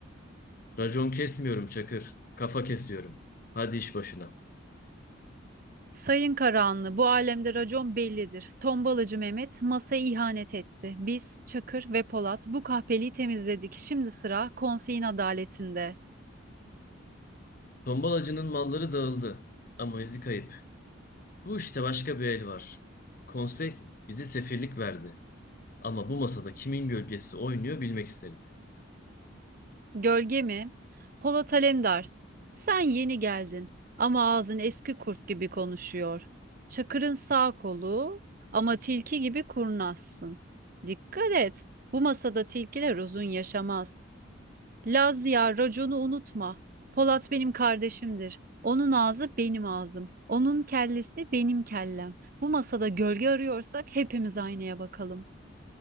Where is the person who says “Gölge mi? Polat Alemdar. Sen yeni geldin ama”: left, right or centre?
Right